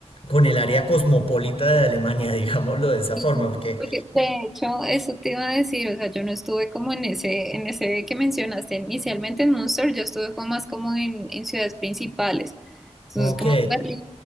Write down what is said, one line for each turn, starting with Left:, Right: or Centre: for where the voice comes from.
Left: con el área cosmopolita de Alemania, <laughs> digámoslo de esa forma,
Centre: Sí,
Left: porque,
Centre: porque de hecho, eso te iba a decir, o sea, yo no estuve como en ese, en ese que mencionaste inicialmente en Munster, yo estuve fue más como en, en ciudades principales, entonces
Left: ok.
Centre: como Berlín,